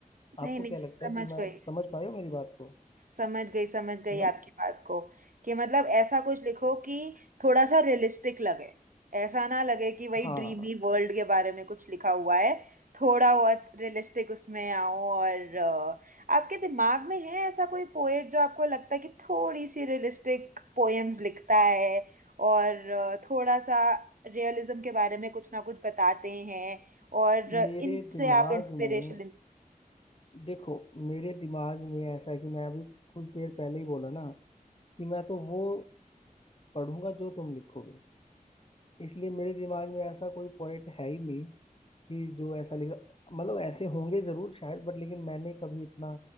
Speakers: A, on the right; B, on the left.
A: नहीं
B: आपको
A: नहीं
B: क्या
A: समझ
B: लगता है कि मैं
A: गई
B: समझ पाए हो मेरी बात को
A: समझ गई समझ गई
B: है ना
A: आपकी बात को कि मतलब ऐसा कुछ लिखो कि थोड़ा सा रियलिस्टिक लगे ऐसा ना लगे कि वही
B: हाँ
A: ड्रीमी वर्ल्ड के बारे में कुछ लिखा हुआ है थोड़ा बहुत रियलिस्टिक उसमें आओ और अ, आपके दिमाग में है ऐसा कोई पोएट जो आपको लगता है कि थोड़ी सी रियलिस्टिक पोएम्स लिखता है और अ, थोड़ा सा रियलिज्म के बारे में कुछ ना कुछ बताते हैं और
B: मेरे
A: इनसे
B: दिमाग
A: आप इंस्पिरेशन
B: में देखो मेरे दिमाग में ऐसा है कि मैं अभी कुछ देर पहले ही बोला ना कि मैं तो वो पढ़ूंगा जो तुम लिखोगे इसलिए मेरे दिमाग में ऐसा कोई पॉइंट है ही नहीं कि जो ऐसा लिखा मतलब ऐसे होंगे जरूर शायद बट लेकिन मैंने कभी इतना